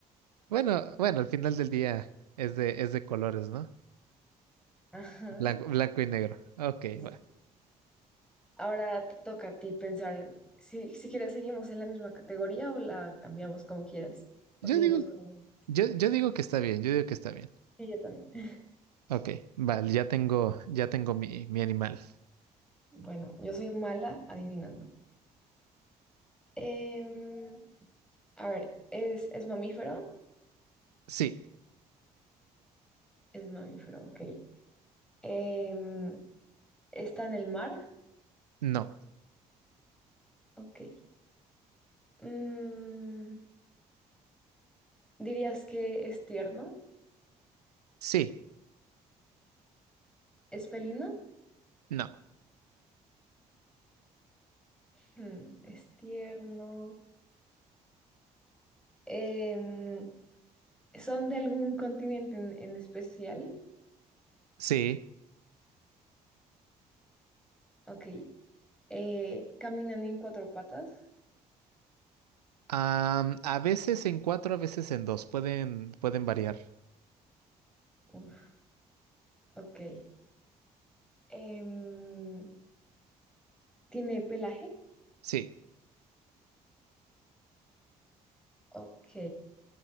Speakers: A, on the right; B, in the centre.
A: Bueno, bueno, al final del día es de, es de colores, ¿no?
B: Ajá.
A: Blanco, blanco y negro. Ok,
B: sí.
A: va.
B: Ahora te toca a ti pensar si, si quieres seguimos en la misma categoría o la cambiamos como quieras. O
A: Yo
B: seguimos
A: digo,
B: con...
A: yo, yo digo que está bien, yo digo que está bien.
B: Sí, yo también. <laughs>
A: Ok, vale, ya tengo, ya tengo mi, mi animal.
B: Bueno, yo soy mala adivinando. Em, a ver, ¿es, es mamífero?
A: Sí,
B: Es mamífero, ok. Em, ¿está en el mar?
A: no,
B: Ok. Mm, ¿dirías que es tierno?
A: sí,
B: ¿Es felino?
A: no,
B: Hmm, es tierno. Em, ¿son de algún continente en, en especial?
A: sí.
B: Ok. Eh, ¿caminan en cuatro patas?
A: Am, a veces en cuatro, a veces en dos. Pueden, pueden variar.
B: Uf, ok. Em, ¿tiene pelaje?
A: Sí,
B: Ok.